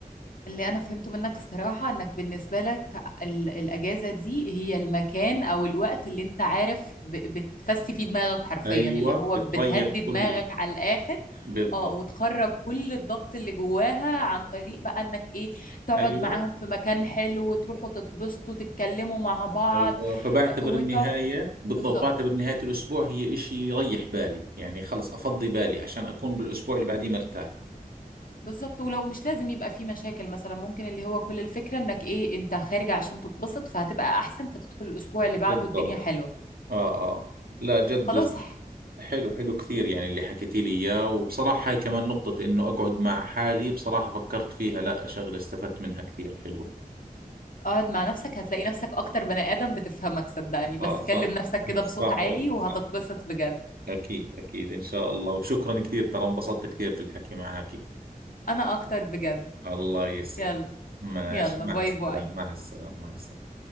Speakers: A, on the left; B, on the right.
A: اللي انا فهمته منك الصراحة انك بالنسبة لك ال- الاجازة دي هي المكان او الوقت اللي انت عارف ب- بتفسي فيه دماغك حرفيا
B: أيوة
A: اللي هو
B: بتريح
A: بتهدي دماغك
B: كل إشي
A: على الاخر
B: بالضبط
A: اه وتخرج كل الضغط اللي جواها عن طريق بقى انك ايه تقعد
B: أيوة
A: معاهم في مكان حلو وتروحوا تتبسطوا تتكلموا مع بعض
B: أيوة فبعتبر
A: وتقعد
B: النهاية بالضبط
A: بالظبط
B: بعتبر نهاية الأسبوع هي إشي يريح بالي يعني خلص أفضي بالي عشان أكون بالأسبوع اللي بعديه مرتاح
A: بالظبط ولو مش لازم يبقى في مشاكل مثلا ممكن اللي هو كل الفكرة انك ايه انت خارجة عشان تتبسط فهتبقى احسن فتدخل الاسبوع اللي
B: بالضبط
A: بعده الدنيا حلوة
B: آه آه لا جد
A: خلاص
B: حلو حلو كثير يعني اللي حكيتي لي اياه وبصراحة هاي كمان نقطة انه اقعد مع حالي بصراحة فكرت فيها لا شغلة استفدت منها كثير حلوة
A: اقعد مع نفسك هتلاقي نفسك اكتر بني ادم بتفهمك صدقني بس
B: اه صح
A: كلم نفسك كده بصوت
B: صح
A: عالي
B: والله
A: وهتتبسط
B: صح
A: بجد
B: اكيد اكيد ان شاء الله وشكرا كثير ترى انبسطت كثير في الحكي معك
A: انا اكتر بجد
B: الله يسعد
A: يلا
B: ماشي
A: يلا
B: مع
A: باي
B: السلامة
A: باي
B: مع السلامة مع السلامة